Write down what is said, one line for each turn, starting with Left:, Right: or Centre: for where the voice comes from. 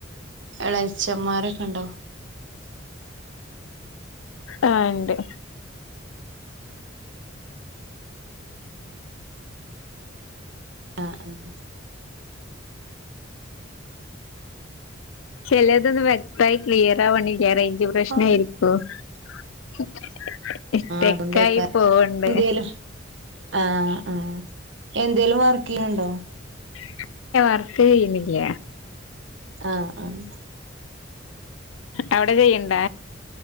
Right: എളച്ചന്മാരൊക്കെ ഉണ്ടോ
Left: ആഹ് ഇണ്ട്
Right: ആഹ് ആഹ്
Left: ചെലദോന്നും വെക്തായി ക്ലിയർ അവണില്ല റേഞ്ച് പ്രശ്ന
Right: ആഹ്
Left: ആയിരിക്കു വോ സ്റ്റക്കായി
Right: അതുകൊണ്ടേക്കാരം
Left: പോവുണ്ട്
Right: എന്തേലും ആഹ് ആഹ് എന്തേലും വർക്ക് ചെയ്യുന്നുണ്ടോ
Left: <unintelligible> വർക് ചെയന്നില്ല
Right: ആഹ് ആഹ്
Left: അവിടെ ചെയ്ണ്ട